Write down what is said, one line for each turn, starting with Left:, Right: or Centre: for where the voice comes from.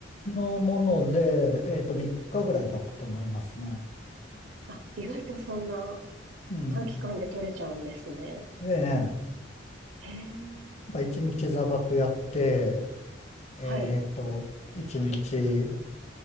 Left: のもので、えっと、3日ぐらいだったと思いますね。
Right: あ、意外とそんな
Left: うん。
Right: 短期間で取れちゃうんですね。
Left: ええ。
Right: へえ。
Left: まあ、一日座学やって、えーっと、
Right: はい。
Left: 一日、